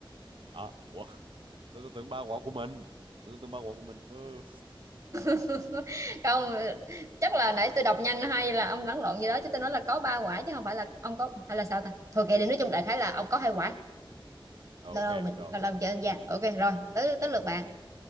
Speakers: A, on the right; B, on the right.
A: à ủa tôi, tôi tưởng ba quả của mình tôi tưởng ba quả của mình ừ.
B: <laughs> Không chắc là nãy tôi đọc nhanh hay là ông lẫn lộn gì đó chứ tôi nói là có ba quả chứ không phải là ông có hay là sao ta? Thôi kệ đi nói chung đại khái là ông có hai quả.
A: Ờ,
B: lâu
A: ok
B: lâu mình
A: rồi
B: lâu lâu mình chơi đơn giản
A: ok
B: ok rồi tới tới lượt bạn